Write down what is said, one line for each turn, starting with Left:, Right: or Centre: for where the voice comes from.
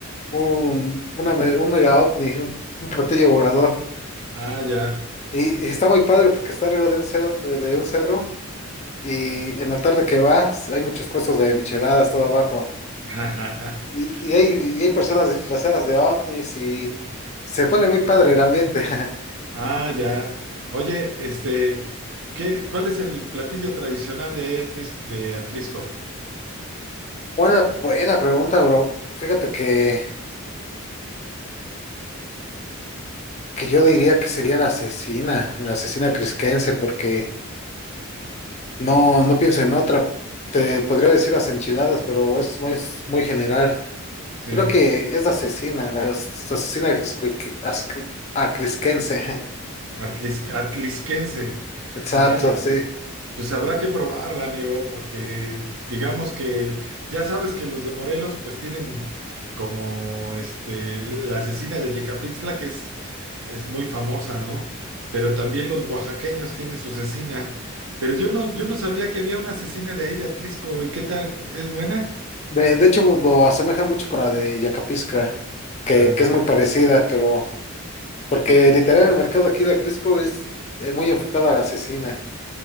Left: un, una me- un mega ovni, un, un platillo volador.
Right: Ah, ya.
Left: Y, y está muy padre porque está arriba de un, cer- de un cerro Y en la tarde que vas, hay muchos puestos de micheladas todo abajo.
Right: <laughs>
Left: Y, y hay, y hay personas disfrazadas de ovnis y se pone muy padre el ambiente. <laughs>
Right: Ah, ya. Oye, este, ¿qué, cuál es el platillo tradicional de ahí Atlis- de Atlisco?
Left: Buena, buena pregunta, bro. Fíjate que, que yo diría que sería la asesina, la asesina crisquense, porque no, no pienso en otra. Te podría decir las enchiladas, pero eso es muy, es muy general.
Right: Sí.
Left: Creo que es la asesina, la as- asesina crisque- ascri- acrisquense.
Right: Atlis- atlisquense.
Left: <laughs> Exacto,
Right: Ah, ya.
Left: sí.
Right: Pues habrá que probarla, amigo, porque digamos que el- ya sabes que los de Morelos pues tienen como este la asesina de Yecapixtla, que es, es muy famosa, ¿no? Pero también los oaxaqueños tienen su asesina. Pero yo no, yo no sabía que había una asesina de ahí de Atlisco. ¿Y qué tal? ¿Es buena?
Left: De, de hecho, lo asemejan mucho con la de Yacapiscra, que,
Right: La de
Left: que
Right: Yecapixtla.
Left: es muy parecida, pero porque literal el mercado aquí de Acrisco es, eh, muy enfocado a la asesina,